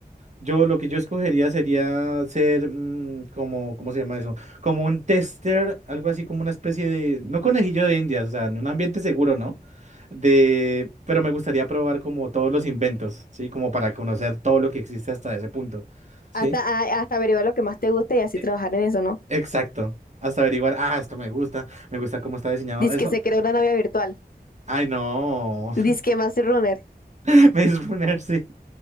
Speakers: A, on the right; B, on the left.
A: Yo lo que yo escogería sería ser mm, como, ¿cómo se llama eso? Como un tester, algo así como una especie de, no conejillo de Indias, o sea, en un ambiente seguro, ¿no? De, pero me gustaría probar como todos los inventos, ¿sí? Como para conocer todo lo que existe hasta ese punto, ¿sí?
B: Hasta, a- hasta averiguar lo que más te gusta y así
A: E-
B: trabajar en eso, ¿no?
A: exacto, hasta averiguar, ah, esto me gusta, me gusta cómo está diseñado
B: Dice
A: eso.
B: que se creó una novia virtual.
A: Ay, no.
B: Dice que más runner.
A: <laughs> Maze Runner, sí.